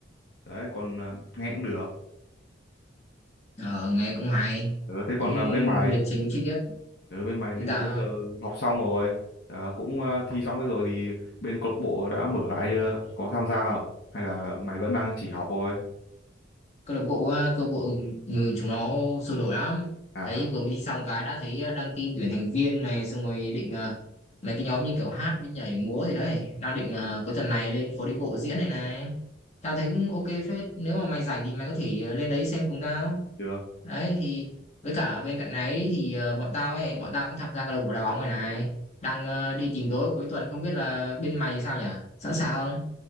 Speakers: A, on the left; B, on the left.
A: đấy còn à, nghe cũng được
B: ờ, nghe cũng hay,
A: ừ, thế
B: cũng
A: còn à, bên mày
B: lịch trình chi tiết.
A: ở bên mày
B: Chúng
A: ví dụ
B: ta
A: bây giờ học xong rồi à, cũng à, thi xong hết rồi thì bên câu lạc bộ đã mở lại chưa có tham gia không hay là mày vẫn đang chỉ học thôi
B: câu lạc bộ ờ, câu lạc bộ người chúng nó sôi nổi lắm.
A: à
B: Thấy vừa mới đi xong cái đã thấy ờ, đăng tin tuyển thành viên này, xong rồi định ờ, mấy cái nhóm như kiểu hát với nhảy múa gì đấy. Đang định ờ, cuối tuần này lên phố đi bộ diễn này này. Tao thấy cũng ok phết. Nếu mà mày rảnh thì mày có thể ờ, lên đấy xem cùng tao.
A: được
B: đấy thì với cả bên cạnh đấy thì ờ, bọn tao ấy bọn tao cũng tham gia câu lạc bộ đá bóng này này đang ờ, đi tìm đối cuối tuần không biết là bên mày thì sao nhở sẵn sàng không